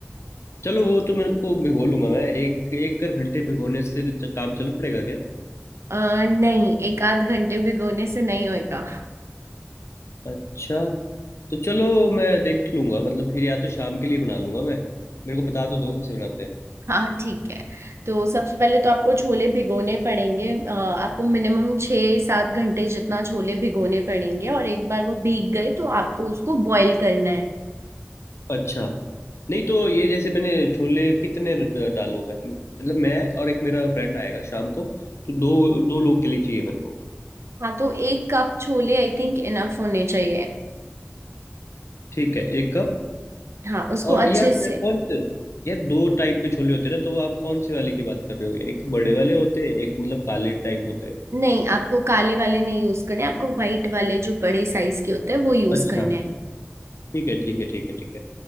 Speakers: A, on the left; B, on the right.
A: चलो वो तो मेरे को भिगो लूंगा मैं एक एक कर घंटे भिगोने से च- काम चल पड़ेगा क्या
B: अ, नहीं एक आध घंटे भिगोने से नहीं होएगा
A: अच्छा तो चलो मैं देख लूंगा मतलब फिर या तो शाम के लिए बना लूंगा मैं मेरे को बता तो दो कैसे बनाते हैं
B: हाँ ठीक है तो सबसे पहले तो आपको छोले भिगोने पड़ेंगे अ, आपको मिनिमम छः सात घंटे जितना छोले भिगोने पड़ेंगे और एक बार वो भीग गए तो आपको उसको बॉईल करना है
A: अच्छा नहीं तो ये जैसे मैंने छोले कितने ड- डालूं मैं मतलब मैं और एक मेरा फ्रेंड आएगा शाम को तो दो दो लोग के लिए चाहिए मेरे को
B: हाँ तो एक cup chole I think enough होने चाहिए
A: ठीक है एक कप
B: हाँ उसको
A: और
B: अच्छे
A: यार
B: से
A: मैं कौन से यार दो टाइप के छोले होते हैं ना तो आप कौन से वाले की बात कर रहे हो एक बड़े वाले होते हैं एक मतलब काले टाइप होते हैं
B: नहीं आपको काले वाले नहीं यूज करने आपको व्हाइट वाले जो बड़े साइज के होते हैं वो यूज
A: अच्छा
B: करने हैं
A: ठीक है ठीक है ठीक है ठीक है